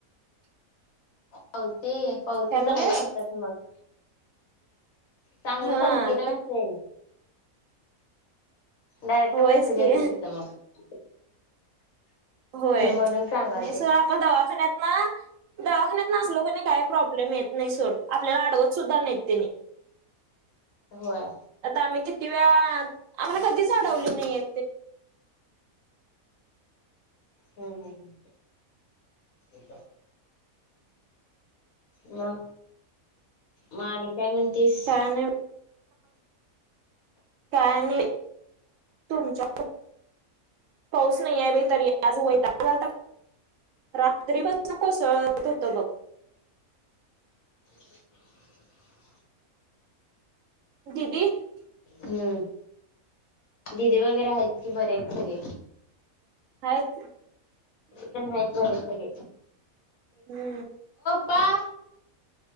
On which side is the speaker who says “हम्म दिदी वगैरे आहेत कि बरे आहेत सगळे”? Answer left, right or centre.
Left